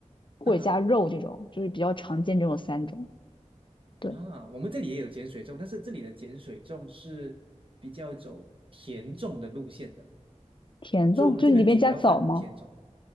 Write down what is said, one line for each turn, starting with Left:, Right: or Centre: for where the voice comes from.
Left: 或者加肉这种，
Right: 嗯嗯
Left: 就是比较常见这种三种。对，
Right: 嗯，啊，我们这里也有碱水粽，但是这里的碱水粽是比较走甜粽的路线的，
Left: 甜粽就是里面加枣吗？
Right: 所以我们这边主要分甜粽，